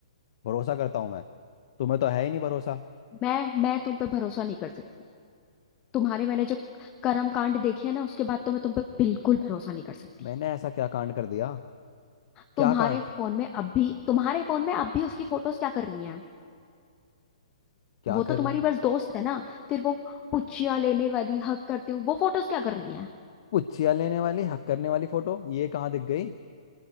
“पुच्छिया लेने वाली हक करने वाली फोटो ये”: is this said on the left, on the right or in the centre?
Left